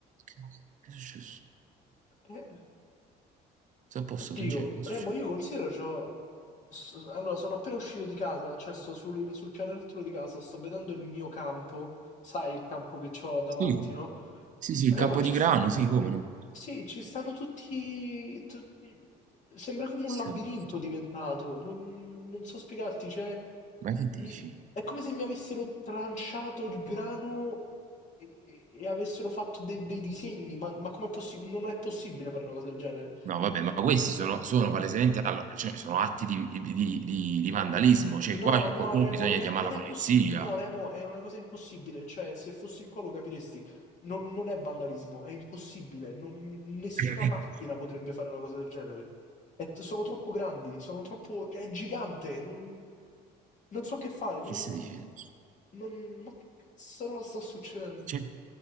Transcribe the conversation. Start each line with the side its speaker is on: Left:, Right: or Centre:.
Right: Che, che è successo?
Left: Eh,
Right: Sta a posto,
Left: Oddio,
Right: Francesco? Che
Left: Remo,
Right: succede?
Left: io considero c'ho... s- Allora, sono appena uscito di casa, cioè sto sul, sul pianerottolo di casa, sto vedendo il mio campo, sai il campo che ho davanti,
Right: Sì.
Left: no?
Right: Sì, sì,
Left: Remo,
Right: il Campotigrano,
Left: ci sta...
Right: sì, come no.
Left: Sì, ci stanno tutti... tu- Sembra come
Right: Questo-
Left: un labirinto diventato, non, non so spiegarti, cioè...
Right: Ma che
Left: mi-
Right: dici?
Left: È come se mi avessero tranciato il grano e, e avessero fatto dei, dei disegni, ma, ma com'è possibile? Non è possibile fare una cosa del genere.
Right: No, vabbè, ma questi sono, sono palesemente, allora, cioè, sono atti di, di- di- di- di vandalismo, cioè
Left: No,
Right: qua c'è
Left: no,
Right: qualcuno
Left: Remo,
Right: bisogna
Left: non
Right: chiamare
Left: è, non
Right: la
Left: è
Right: polizia.
Left: possibile. No, Remo, è una cosa impossibile. Cioè, se fossi qua lo capiresti. Non, non è vandalismo, è impossibile. Non- nessuna
Right: <laughs>
Left: macchina potrebbe fare una cosa del genere. È t- sono troppo grandi, sono troppo... È gigante, non, non so che fare. Non,
Right: Che stai dicendo?
Left: non, ma che cazzo sta succedendo?
Right: Cioè,